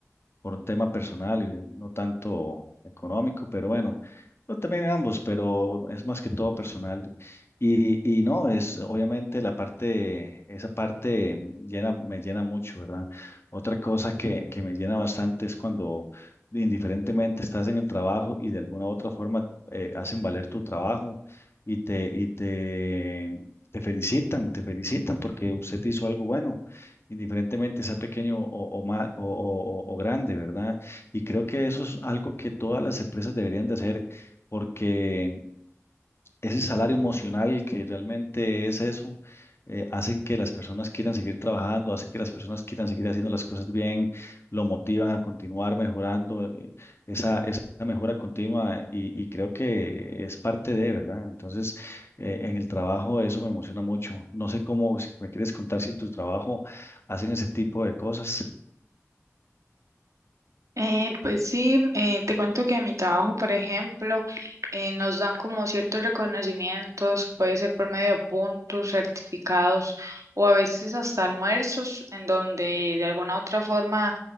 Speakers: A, on the left (about 50°); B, on the right (about 75°).
A: por un tema personal y no tanto económico, pero bueno, no, también ambos, pero es más que todo personal. Y, y no, es obviamente la parte, esa parte llena, me llena mucho, ¿verdad? Otra cosa que, que me llena bastante es cuando indiferentemente estás en el trabajo y de alguna u otra forma eh, hacen valer tu trabajo y te, y te, te felicitan, te felicitan porque usted hizo algo bueno indiferentemente sea pequeño o, o, ma- o, o- o- o grande, ¿verdad? Y creo que eso es algo que todas las empresas deberían de hacer, porque ese salario emocional que realmente es eso, eh, hacen que las personas quieran seguir trabajando, hacen que las personas quieran seguir haciendo las cosas bien, lo motivan a continuar mejorando, eh, esa, esa mejora continua y, y creo que es parte de, ¿verdad? Entonces, eh, en el trabajo eso me emociona mucho. No sé cómo, si me quieres contar si en tu trabajo hacen ese tipo de cosas.
B: Eh, pues sí, eh, te cuento que en mi trabajo, por ejemplo, eh, nos dan como ciertos reconocimientos, puede ser por medio de puntos, certificados o a veces hasta almuerzos, en donde de alguna u otra forma